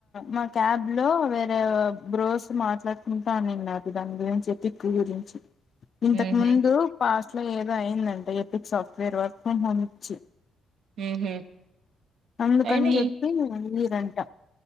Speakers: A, on the left; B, on the right.
A: మా క్యాబ్ లో వేరే బ్రోస్ మాట్లాడుకుంటానిన్నారు దాని గురించి చెప్పి ఎపిక్ గురించి ఇంతకు
B: మ్మ్
A: ముందు పాస్ట్ లో ఏదో అయిందంట epic software work from home ఇచ్చి
B: ఉమ్ హూ
A: అందుకని
B: అయినా
A: చెప్పి ఇయ్యరంట